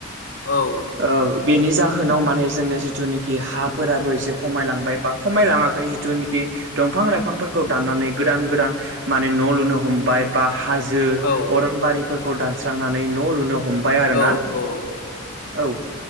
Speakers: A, on the left; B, on the right.
A: औ
B: ओ बेनि जाहोनाव माने जोंनिया जिथुनाखि हाफोराबो एसे खमायलांबाय बा खमायलाङाखै जिथुनाखि दंफां लाइफांफोरखौ दाननानै गोदान गोदान माने न' लुनो हमबाय बा हाजो
A: औ
B: अरनबारिफोरखौ दानस्रांनानै न' लुनो हमबाय आरोना
A: औ औ
B: औ